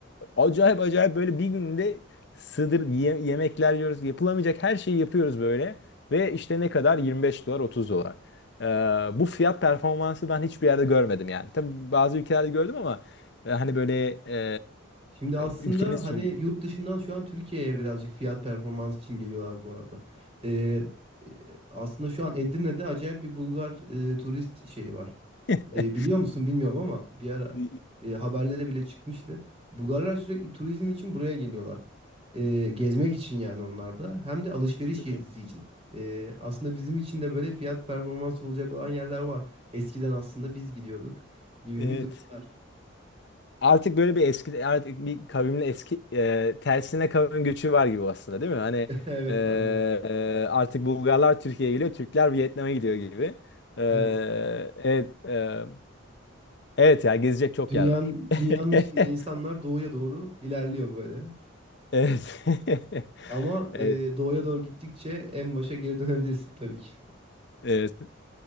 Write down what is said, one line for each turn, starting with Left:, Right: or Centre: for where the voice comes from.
Left: acayip acayip böyle bir günde sığdır ye- yemekler yiyoruz. Yapılamayacak her şeyi yapıyoruz böyle. Ve işte ne kadar? 25 dolar, 30 dolar. Ee, bu fiyat performansı ben hiçbir yerde görmedim yani. Tabii bazı ülkelerde gördüm ama e, hani böyle e,
Right: Şimdi aslında
Left: ülkenin sunduğu.
Right: hani yurt dışından şu an Türkiye'ye birazcık fiyat performans için geliyorlar bu arada. Ee, e, aslında şu an Edirne'de acayip bir Bulgar e, turist şeyi var.
Left: <laughs>
Right: Ee, biliyor musun bilmiyorum ama bir ara
Left: Hı
Right: e, haberlere bile çıkmıştı. Bulgarlar sürekli turizm için buraya geliyorlar. Ee, gezmek için yani onlar da hem de alışveriş
Left: hı.
Right: gezisi için. Ee, aslında bizim için de böyle fiyat performans olacak olan yerler var. Eskiden aslında biz gidiyorduk gibi
Left: Evet.
Right: bir durumlar.
Left: Artık böyle bir eski artık bir kavimle eski e, tersine kavim göçü var gibi aslında değil mi? Hani
Right: <laughs> Evet
Left: e,
Right: aynen.
Left: e, artık Bulgarlar Türkiye'ye geliyor, Türkler Vietnam'a gidiyor gibi. E,
Right: Evet.
Left: evet, e, evet ya gezecek çok
Right: Dünyanın,
Left: yer var.
Right: dünyanın üstünde
Left: <laughs>
Right: insanlar doğuya doğru ilerliyor böyle.
Left: Evet. <laughs>
Right: Ama
Left: Evet.
Right: e, doğuya doğru gittikçe en başa geri dönebilirsin tabii ki.
Left: Evet.